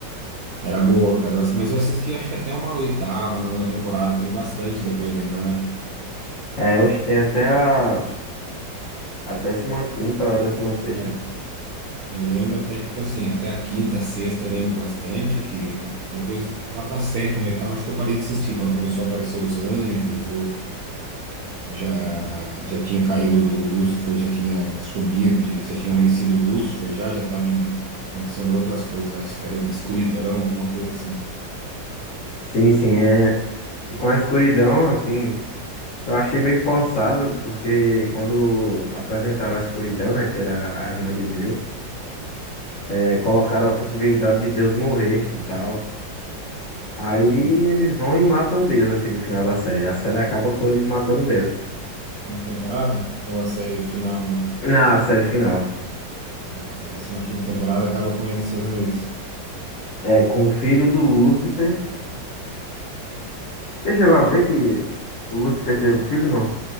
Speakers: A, on the right; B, on the left.
A: Era boa, cara. Eu ass- mas eu assisti acho que até uma oitava, nona temporada. Teve bastante depois ainda, né?
B: É, hoje tem até a, a décima quinta ou a décima sexta
A: Ah, eu lembro até, tipo assim, até a quinta, sexta eu lembro bastante, que depois, lá pra sétima, oitava, acho que eu parei de assistir, quando começou a aparecer os anjos, já já tinha caído o Lúcifer, já tinha sumido, eles já tinham vencido o Lúcifer, já já estava acontecendo outras coisas, acho que era uma escuridão, alguma coisa assim.
B: Sim, sim, é. Com a escuridão, assim, eu achei meio forçado, porque quando apresentaram a escuridão, né, que era a irmã de Deus, é, colocaram a possibilidade de Deus morrer e tal. Aí
A: É.
B: eles vão e matam Deus, assim, no final da série. A série acaba com eles matando Deus.
A: Na temporada? Ou a série final mesmo?
B: Na série final.
A: A 15ª temporada acaba com eles fazendo isso.
B: É, com o filho do Lúcifer. Você chegou a ver que o Lúcifer teve um filho? Não.